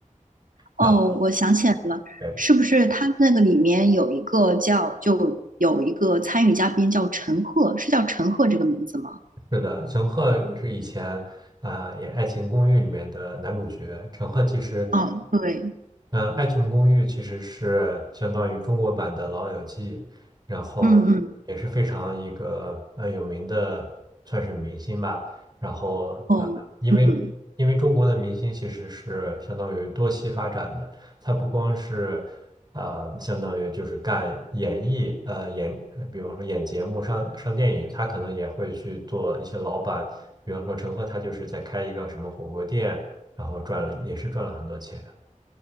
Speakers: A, on the right (about 90°); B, on the right (about 30°).
A: 哦，
B: 然后
A: 我想起来了，
B: 对。
A: 是不是他那个里面有一个叫，就有一个参与嘉宾叫陈赫，是叫陈赫这个名字吗？
B: 是的，陈赫是以前啊、演《爱情公寓》里面的男主角。陈赫其实，
A: 哦，对，
B: 嗯、爱情公寓》其实是相当于中国版的《老友记》，然后也是非常一个呃有名的，
A: 嗯嗯，
B: 算是明星吧。然后啊、
A: 哦，
B: 因为因为中国的明星其实是相当于多栖发展的，
A: 嗯。
B: 他不光是。呃，相当于就是干演艺，呃，演，呃比方说演节目、上上电影，他可能也会去做一些老板，比方说陈赫，他就是在开一个什么火锅店，然后赚了，也是赚了很多钱。